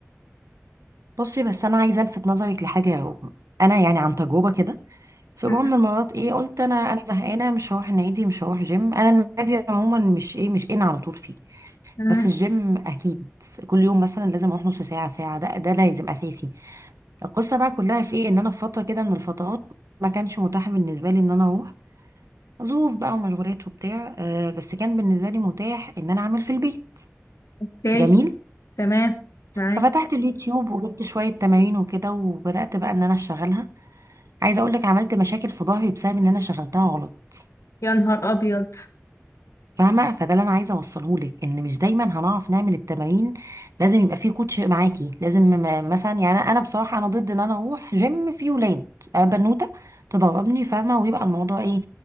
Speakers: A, on the right; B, on the left.
A: بصي بس انا عايزه الفت نظرك لحاجه يا رغم. انا يعني عن تجربه كده في
B: م-
A: مره من المرات ايه قلت انا انا زهقانه مش هروح النادي مش هروح جيم انا النادي عموما مش ايه مش ان على طول فيه
B: م-
A: بس الجيم اكيد كل يوم مثلا لازم اروح نص ساعه ساعه ده ده لازم اساسي القصه بقى كلها في ايه ان انا في فتره كده من الفترات ما كانش متاح بالنسبه لي ان انا اروح ظروف بقى ومشغولات وبتاع آه، بس كان بالنسبة لي متاح ان انا اعمل في البيت
B: اوكي
A: جميل
B: تمام معاك
A: ففتحت اليوتيوب وجبت شوية تمارين وكده وبدأت بقى ان انا اشتغلها عايزة اقولك عملت مشاكل في ظهري بسبب ان انا شغلتها غلط
B: يا نهار ابيض
A: فاهمه فده اللي انا عايزه اوصله لك ان مش دايما هنعرف نعمل التمارين لازم يبقى فيه كوتش معاكي لازم م- مثلا يعني انا بصراحه انا ضد ان انا اروح جيم فيه ولاد أنا بنوته تدربني فاهمه ويبقى الموضوع ايه